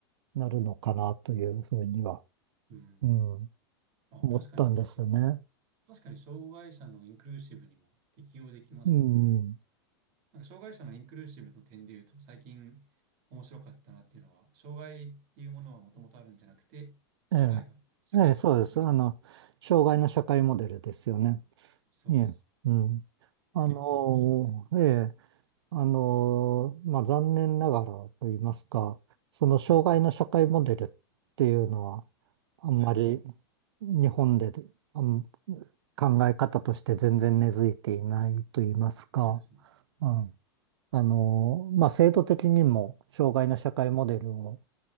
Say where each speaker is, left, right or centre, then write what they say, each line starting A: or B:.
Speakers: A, on the right; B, on the right.
A: なるのかなというふうには、
B: うん。
A: うん、
B: あ、
A: 思ったんですよね。
B: 確かに、て確かに障害者のインクルーシブにも適用できますね。
A: うん、
B: なんか障害者のインクルーシブの点で言うと、最近面白かったなっていうのは、障害っていうものはもともとあるんじゃなくて、社会が、
A: ええ、
B: 社会が作り上げてる。
A: ええ、そうです。あの、障害の社会モデルですよね。
B: そうです。
A: ええ、うん。あの、
B: 結構面白いな。
A: ええあの、まあ、残念ながらと言いますか、その障害の社会モデルっていうのは、
B: はい。
A: あんまり
B: はい。
A: 日本であん考え方として全然根付いていないと言いますか、
B: うん。そうですね。
A: うん、
B: うん。
A: あの、まあ、制度的にも障害の社会モデルを、